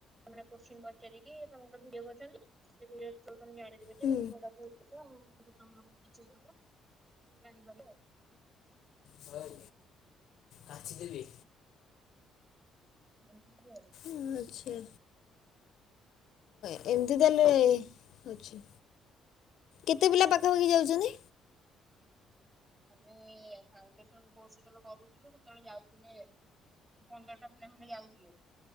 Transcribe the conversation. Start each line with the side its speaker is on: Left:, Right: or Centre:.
Right: ମାନେ କୋଶ୍ଚିନ୍‌ ପଚାରିକି ତମକୁ କୁ ଭିଡିଓ କରୁଚନ୍ତି ସେଉଠୁ ତମେ ଜାଣିଦେବ
Left: ହୁଁ
Right: ଯେ -ତମେ କୋଉଟା ଭୁଲ୍ କରିଚ କିନ୍ତୁ ତମର କୋଉଟା ଚୋର୍ ହବ ତମେ ଜାଣିପାରିବ ଆଉ।
Left: ହୋଏ କାଚି ଦେବି।
Right: ଏମିତି ସବୁ
Left: ଉଁ ଆଚ୍ଛା।
Right: ଉଁ।
Left: ଏମ୍‌ତି ତାହେଲେ ହୋଉଛି। କେତେ ପିଲା ପାଖାପାଖି ଯାଉଚନ୍ତି?
Right: ଆମେ ଫାଉଣ୍ଡେସନ୍ କୋର୍ସ ଯେତୋଳେ କରୁଥୁଲୁ ସେତୋଳେ ଯାଉଥୁଲେ ପନ୍ଦରଟା ପିଲା ଖଣ୍ଡେ ଯାଉଥୁଲେ